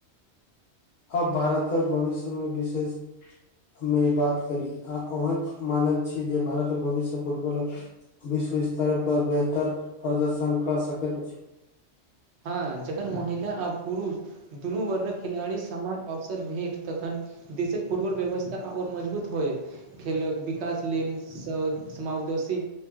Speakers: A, on the left (about 60°); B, on the right (about 75°).
A: अब भारतक भविष्यमे विशेष मे बात करी आ अहाँक मानैत छी जे भारत भविष्य फुटबॉलक विश्व स्तर पर बेहतर प्रदर्शन कऽ सकैत अछि।
B: हँ जखन महिला आ पुरुष दुनू वर्नक खिलाड़ी समान अबस सर भेँट तखन देशक फुटबॉल व्यवस्था आओर मजबूत होयत। खेलक विकास लेल स समावदोशी